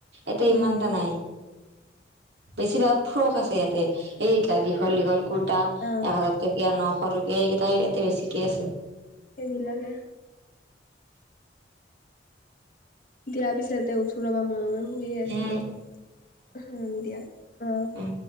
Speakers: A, on the right; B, on the left.
A: এতিয়া
B: উম।
A: ইমানটা নাই। বেছিভাগ ফ্ৰক আছে ইয়াতে এইটা দীঘল দীঘল কুৰ্তা। এক
B: অ
A: হাজাৰ টকীয়া নশ টকীয়া এইকেইটাই ইয়াতে বেছিকে আছে।
B: সেইবিলাকে। দিয়াৰ পিছতে উঠো ৰ'বা মই শুইে আছিলো।
A: উম
B: হম দিয়া অ'।
A: উম